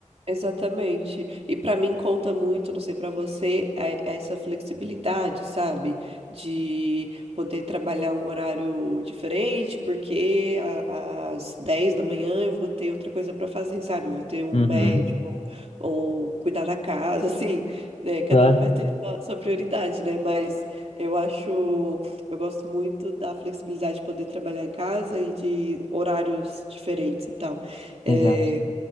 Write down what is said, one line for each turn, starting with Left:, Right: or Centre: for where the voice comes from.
Right: exatamente. E para mim conta muito, não sei para você, é- é essa flexibilidade, sabe? De poder trabalhar um horário diferente, porque a- às 10 da manhã eu vou ter outra coisa para fazer, sabe? Eu vou ter um
Left: Uhum.
Right: médico. ou cuidar da casa, assim, né? Cada
Left: Claro,
Right: um vai ter sua, sua prioridade, né? Mas eu acho, eu gosto muito da flexibilidade de poder trabalhar em casa e de horários diferentes e tal. É,
Left: exato.